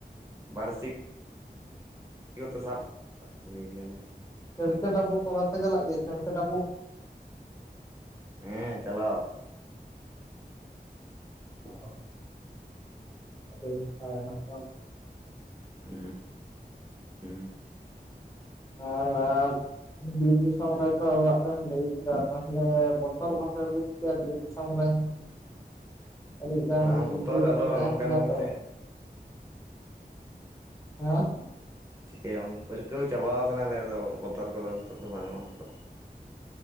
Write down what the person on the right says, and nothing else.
ᱵᱟᱹᱲᱥᱤᱠ ᱡᱚᱛᱚ ᱥᱟᱵ ᱥᱟᱵ ᱠᱚᱜᱮ ᱜᱮᱭᱟᱞᱮ
ᱦᱮᱸ ᱪᱟᱞᱟᱣ
ᱦᱩᱸ ᱦᱩᱸ
ᱵᱟᱝ ᱵᱚᱛᱚᱨ
ᱟᱫᱚ
ᱱᱚᱝᱠᱟ
ᱱᱚᱝᱠᱟᱛᱮ
ᱪᱤᱠᱟᱹᱭᱟᱢ ᱯᱟᱹᱨᱠᱟᱹᱣ ᱪᱟᱵᱟᱣ ᱠᱟᱱᱟᱞᱮ ᱟᱫᱚ ᱵᱚᱛᱚᱨ ᱠᱚᱫᱚ ᱱᱤᱛᱚᱜ ᱫᱚ ᱵᱟᱹᱱᱩᱜᱼᱟ ᱟᱯᱟ